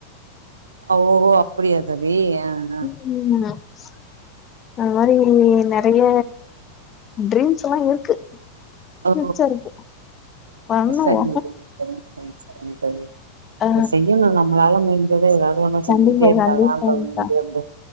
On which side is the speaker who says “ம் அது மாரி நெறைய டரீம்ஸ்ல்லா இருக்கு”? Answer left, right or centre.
Left